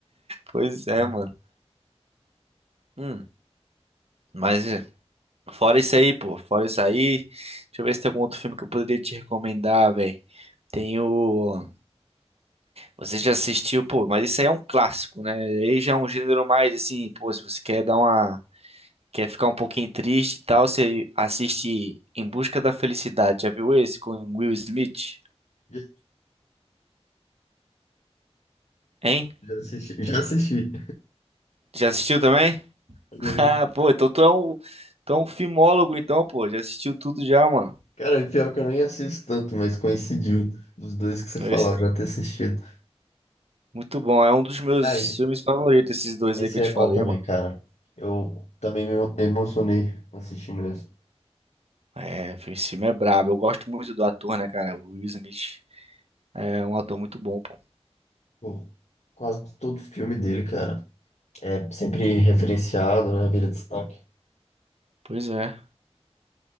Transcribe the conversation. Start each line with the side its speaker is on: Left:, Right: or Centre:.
Right: Pois
Left: Sim.
Right: é, mano. Hum, mas é, fora isso aí, pô, fora isso aí, deixa eu ver se tem algum outro filme que eu poderia te recomendar, velho. Tem o. Você já assistiu, pô, mas isso aí é um clássico, né? Aí já é um gênero mais assim, pô, se você quer dar uma, quer ficar um pouquinho triste e tal, você assiste Em Busca da Felicidade. Já viu esse com Will Smith?
Left: Já
Right: Hein?
Left: já assisti, <laughs> já assisti.
Right: Já assistiu também? <laughs>
Left: Uhum.
Right: Ah, pô, então tu é um, tu é um filmólogo então, pô, já assistiu tudo já, mano.
Left: Cara, e pior que eu nem assisto tanto, mas coincidiu dos dois que você
Right: Pois,
Left: falou, eu já ter assistido.
Right: Muito bom, é um dos meus
Left: Ah, esse,
Right: filmes favoritos esses dois
Left: esse
Right: aí que eu
Left: é
Right: te
Left: bom
Right: falei,
Left: também,
Right: mano.
Left: cara. Eu também me emocionei assistindo esse.
Right: É, esse filme é brabo. Eu gosto muito do ator, né, cara? O Will Smith é um ator muito bom, pô.
Left: Pô, quase todo filme dele, cara. É sempre referenciado, né? Vira destaque.
Right: Pois é.